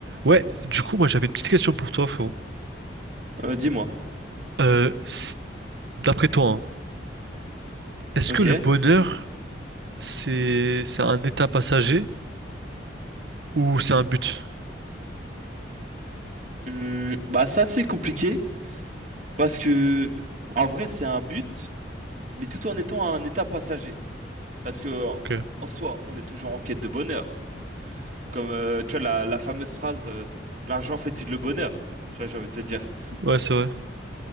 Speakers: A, on the right (about 65°); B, on the right (about 40°).
A: Ouais, du coup, moi j'avais une petite question pour toi, frérot.
B: Euh, dis-moi.
A: Euh, s- d'après toi, hein, est-ce
B: Ok.
A: que le bonheur, c'est c'est un état passager ou c'est un but?
B: Hum, bah ça c'est compliqué parce que en vrai c'est un but, mais tout en étant un état passager. Parce que
A: Ok.
B: en soi on est toujours en quête de bonheur. Comme euh, tu vois la, la fameuse phrase euh, l'argent fait-il le bonheur? Tu vois j'ai envie de te dire.
A: Ouais, c'est vrai.